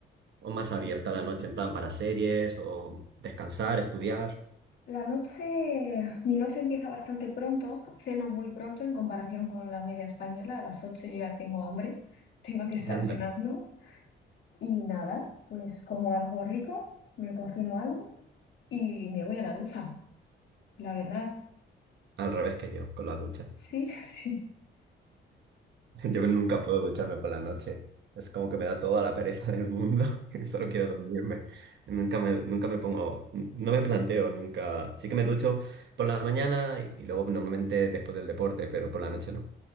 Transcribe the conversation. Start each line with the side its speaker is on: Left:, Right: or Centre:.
Right: o más abierta la noche en plan para series o descansar, estudiar.
Left: la noche, mi noche empieza bastante pronto, ceno muy pronto en comparación con la media española, a las 8 yo ya tengo hambre, <laughs> tengo que estar
Right: <laughs> Anda,
Left: cenando. Y nada, pues como algo rico, me cocino algo y me voy a la ducha, la verdad.
Right: al revés que yo, con la ducha.
Left: Sí, <laughs> sí.
Right: <laughs> Yo nunca puedo ducharme por la noche. Es como que me da toda la pereza del mundo <laughs> y solo quiero dormirme. Nunca me, nunca me pongo, no me planteo nunca. Sí que me ducho por la mañana y luego normalmente después del deporte, pero por la noche no.